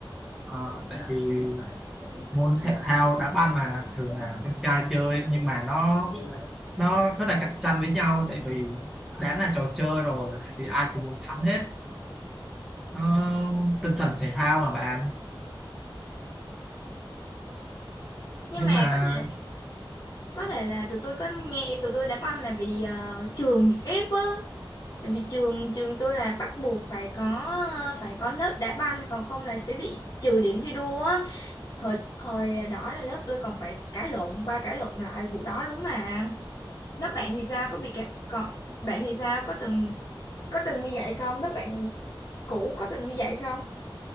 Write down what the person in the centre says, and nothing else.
Ờ, tại vì môn thể thao đá banh mà thường là con trai chơi nhưng mà nó nó rất là cạnh tranh với nhau tại vì đã là trò chơi rồi thì ai cũng muốn thắng hết Ờ, tinh thần thể thao mà bạn
nhưng
mà